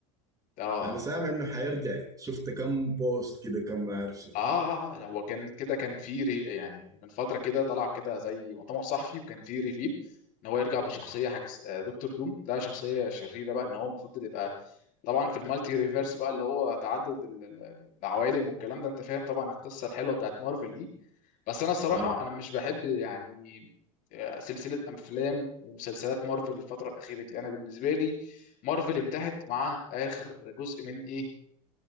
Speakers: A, on the left; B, on the right.
A: اه
B: انا
A: اه
B: سامع انه حيرجع شفت كم بوست كده كم ما اعرف شنو
A: آه، آه، هو كان كده كان في ري... يعني من فتره كده طلع كده زي مؤتمر صحفي وكان في ريفيل ان هو يرجع بشخصيه حاجه اس- آه، دكتور دوم ده شخصيه شريره بقى ان هو المفروض تبقى طبعا في المالتي ريفيرس بقى اللي هو تعدد ال- ال- العوالم والكلام ده انت فاهم طبعا القصه الحلوه بتاعت مارفل دي بس انا الصراحه
B: اه
A: انا مش بحب يعني آه، سلسله افلام ومسلسلات مارفل الفتره الاخيره دي انا بالنسبه لي مارفل انتهت مع اخر جزء من ايه